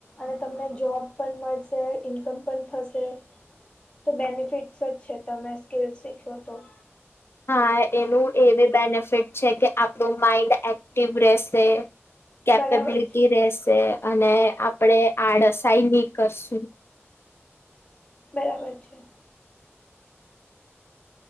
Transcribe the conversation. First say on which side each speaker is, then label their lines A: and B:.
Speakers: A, on the left; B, on the left.
A: અને તમને જોબ પણ મળશે ઇન્કમ પણ થશે. તો બેનિફિટ્સ જ છે તમે સ્કીલસ શીખો તો
B: હા એનું એવી બેનિફિટ છે કે આપણું માઈન્ડ એક્ટિવ રહેશે. કેપેબિલિટી
A: બરાબર છે
B: રહેશે અને આપણેે આડસાઈ નહી કરશું.
A: બરાબર છે.